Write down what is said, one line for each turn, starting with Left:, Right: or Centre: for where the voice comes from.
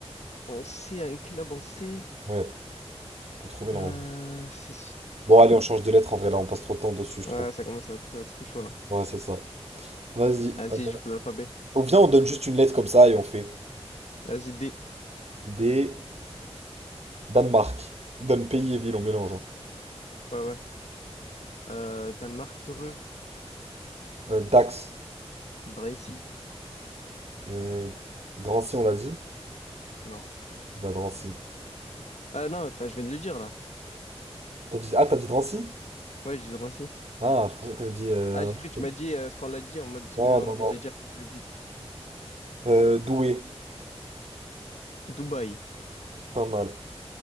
Left: on sait, à un club, on sait.
Right: Ouais, tu peux trouver normalement.
Left: Euh, c'est...
Right: Bon, allez, on change de lettre en vrai, là, on passe trop de temps dessus, je
Left: Ouais,
Right: trouve.
Left: ça commence à être trop chaud, là.
Right: Ouais, c'est ça. Vas-y.
Left: Vas-y,
Right: euh,
Left: je fais l'alphabet.
Right: On vient, on donne juste une lettre comme ça et on fait.
Left: Vas-y, D.
Right: D. Danemark. On Donne pays et ville, on mélange. hein.
Left: Ouais, ouais. Euh, Danemark, Dreux.
Right: Euh, Dax.
Left: Drancy.
Right: Euh, Drancy, on l'a dit?
Left: Non.
Right: Bah, Drancy.
Left: Ah non, enfin, je viens de le dire, là.
Right: T'as dit... Ah, t'as dit Drancy?
Left: Ouais, j'ai dit Drancy.
Right: Ah, je pensais que t'avais dit. euh,
Left: Ah, j'ai
Right: un autre
Left: cru, tu
Right: truc.
Left: m'as dit euh, ce qu'on l'a dit en mode ce
Right: Non,
Left: qu'on
Right: non,
Left: l'avait
Right: non.
Left: déjà dit avant que je le dise.
Right: Euh, Douai.
Left: Dubaï.
Right: Pas mal.